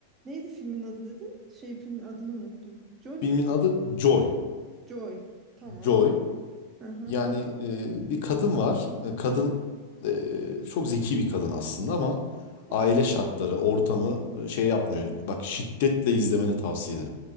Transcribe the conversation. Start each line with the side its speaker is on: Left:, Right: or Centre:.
Right: Neydi filmin adı dedin? Şey filmin adını unuttum. Jolly
Left: Filmin adı Joy.
Right: Joy. Tamam.
Left: Joy.
Right: Hı hı.
Left: Yani e, bir kadın var. E, Kadın
Right: Hı hı.
Left: e, çok zeki bir kadın aslında ama
Right: Tamam.
Left: aile şartları, ortamı e, şey yapmıyor. Bak şiddetle izlemeni tavsiye ederim.